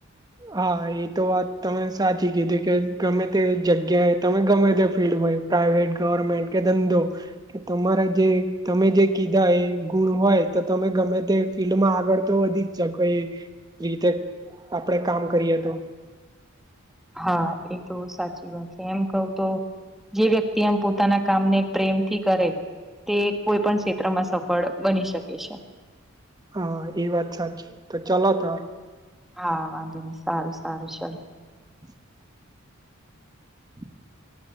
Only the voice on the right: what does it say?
હા એ તો વાત તમે સાચી કીધી કે ગમે તે જગ્યાએ તમે ગમે તે ફિલ્ડ હોય. પ્રાઇવેટ, ગવર્મેન્ટ કે ધંધો કે તમારા જે તમે જે કીધા એ ગુણ હોય તો તમે ગમે તે ફિલ્ડ માં આગળ તો વધી જ કોઈ ગીતે આપડે કામ કરીએ તો
હા એ વાત સાચી તો ચલો તો
<unintelligible> <inaudible>